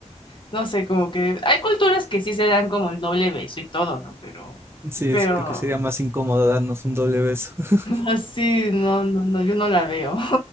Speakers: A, on the left; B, on the right.
A: no sé, como que hay culturas que sí se dan como el doble beso y todo, ¿no? Pero,
B: sí,
A: pero...
B: es- creo que sería más incómodo darnos un doble beso. <laughs>
A: Así, no, no, no, yo no la veo.